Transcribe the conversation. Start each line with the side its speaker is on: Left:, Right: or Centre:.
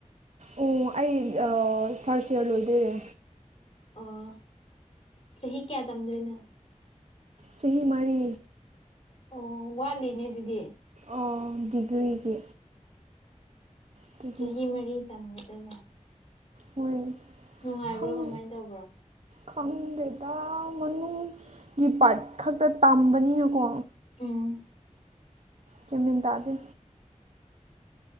Right: ꯑꯣ ꯑꯩ ꯐꯥꯔꯁ ꯏꯔ ꯂꯣꯏꯗꯣꯏꯔꯦ
Left: ꯑꯣ ꯆꯍꯤ ꯀꯌꯥ ꯇꯝꯗꯣꯏꯅꯣ
Right: ꯆꯍꯤ ꯃꯔꯤ
Left: ꯑꯣ ꯋꯥꯠꯂꯤꯅꯦ ꯑꯗꯨꯗꯤ
Right: ꯑꯣ ꯗꯤꯒ꯭ꯔꯤꯒꯤ ꯑꯗꯨꯒꯤ
Left: ꯆꯍꯤ ꯃꯔꯤ ꯇꯝꯃꯨꯗꯕ
Right: ꯃꯣꯏ
Left: ꯅꯨꯡꯉꯥꯏꯕ꯭ꯔꯣ
Right: ꯈꯪ
Left: ꯀꯃꯥꯏ ꯇꯧꯕ꯭ꯔꯣ
Right: ꯈꯪꯗꯦꯗ ꯃꯅꯨꯡꯒꯤ ꯄꯥꯠ ꯈꯛꯇ ꯇꯝꯕꯅꯤꯅꯀꯣ
Left: ꯎꯝ
Right: ꯀꯦꯃꯤ ꯇꯗꯦ